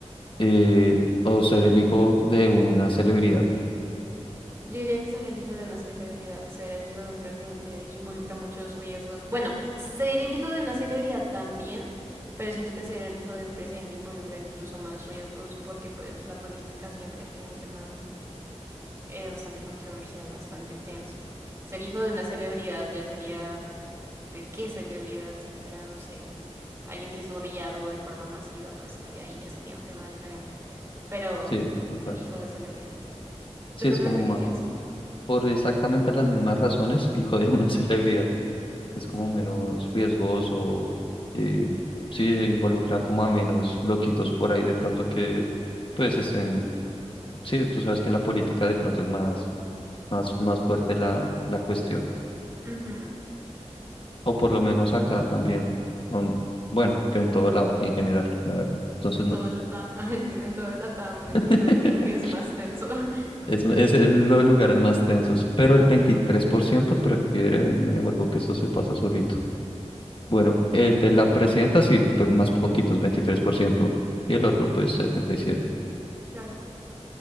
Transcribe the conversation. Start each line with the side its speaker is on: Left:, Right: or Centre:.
Left: eh, o ser el hijo de una celebridad.
Right: Yo diría que ser el hijo de una celebridad, ser el hijo de un presidente involucra muchos riesgos. Bueno, ser el hijo de una celebridad también, pero siento que ser el hijo de un presidente involucra incluso más riesgos porque pues la política siempre ha sido un tema eh, bastante controversial, bastante tenso. Ser hijo de una celebridad ya sería ¿de qué celebridad? Si fuera, no sé, alguien que es odiado de forma masiva, pues eh, ahí ya sería un tema diferente. Pero
Left: Sí,
Right: de-
Left: total.
Right: hijo de celebridad.
Left: Sí,
Right: ¿Tú qué
Left: es
Right: preferirías?
Left: como más, por exactamente las mismas razones, hijo de una <laughs> celebridad. Es como
Right: Sí.
Left: menos riesgoso, eh, sí, involucra como a menos loquitos por ahí de pronto que, pues, estén, sí, tú sabes que en la política de pronto es más, más, más fuerte la, la cuestión.
Right: Ujú.
Left: O por lo menos acá también, aun- bueno, que en todo lado, en general, la verdad. Entonces,
Right: En
Left: no,
Right: todo Latam, <laughs> ay, sí, en todo Latam en
Left: <laughs>
Right: general creo que es más tenso. <laughs>
Left: es, es el- los lugares más tensos, pero el 23% prefiere venirme de Vuelvo que esto se pasa solito. Bueno, el de la presidenta sí, pero más poquitos, 23%. Y el otro, pues 77.
Right: Claro,